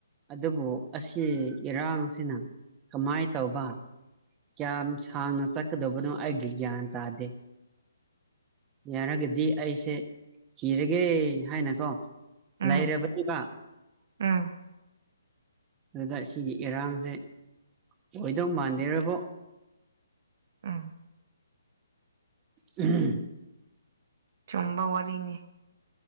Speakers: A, on the right; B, on the right.
A: ꯑꯗꯨꯕꯨ ꯑꯁꯤ ꯏꯔꯥꯡꯁꯤꯅ ꯀꯃꯥꯏꯅ ꯇꯧꯕ ꯀꯌꯥꯝ ꯁꯥꯡꯅ ꯆꯠꯀꯗꯕꯅꯣ ꯑꯩꯒꯤ ꯒ꯭ꯌꯥꯟ ꯇꯥꯗꯦ꯫ ꯌꯥꯔꯒꯗꯤ ꯑꯩꯁꯦ ꯀꯤꯔꯒꯦ ꯍꯥꯏꯅꯀꯣ꯫
B: ꯎꯝ
A: ꯂꯩꯔꯕꯅꯦꯕ꯫
B: ꯎꯝ
A: ꯑꯗꯨꯗ ꯁꯤꯒꯤ ꯑꯦꯔꯥꯡꯁꯦ꯫ ꯑꯣꯏꯗꯧ ꯃꯥꯟꯗꯦꯔꯕꯣ꯫
B: ꯎꯝ
A: ꯎꯝ꯫
B: ꯆꯨꯝꯕ ꯋꯥꯔꯤꯅꯤ꯫